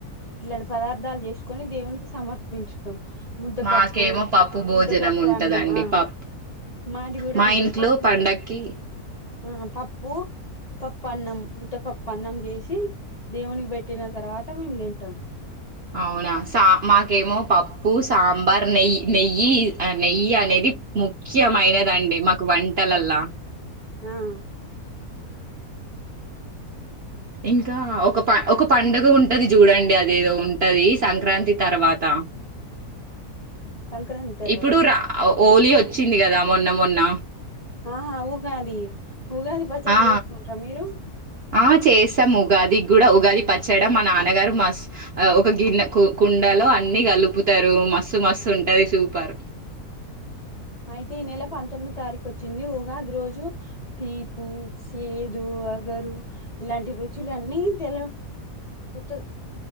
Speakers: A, on the left; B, on the right.
A: ఇట్లాంటి పదార్థాలు చేసుకోని దేవునికి సమర్పించుతాం ముద్దపప్పు
B: మాకేమో పప్పు భోజనం
A: ముద్దపప్పు
B: ఉంటదండి
A: అన్నం ఆ
B: పప్పు
A: మాది కూడా
B: మా
A: అంతే
B: ఇంట్లో
A: పప్పు
B: పండక్కి
A: ఆ పప్పు పప్పు అన్నం ముద్ద పప్పు అన్నం చేసి దేవునికి పెట్టిన తర్వాత మేము తింటాం
B: అవునా సా మాకేమో పప్పు సాంబార్ నెయ్యి నెయ్యి నెయ్యి అనే ఇది ముఖ్యమైనదండి మాకు వంటలల్లా
A: మ్
B: ఇంకా ఒక ఒక పండుగ ఉంటది చూడండి. అదేదో ఉంటది సంక్రాంతి తర్వాత
A: సంక్రాంతి తర్వాత
B: ఇప్పుడు రా ఓలీ వచ్చింది కదా మొన్న మొన్న
A: ఆహా ఉగాది ఉగాది పచ్చడి
B: ఆ
A: చేసుకుంటార మీరు?
B: ఆ చేస్తాం ఉగాది కూడా ఉగాది పచ్చడి. మా నాన్నగారు మా ఒక గిన్నె కు కుండ లో అన్ని కలుపుతారు మస్సు మస్తు ఉంటది సూపర్.
A: అ అయితే ఈ నెల పంతొమిది తారీఖు వచ్చింది ఉగాది రోజు తీపు చేదు అ ఇలాంటి రుచులన్నీ తెలి కొత్త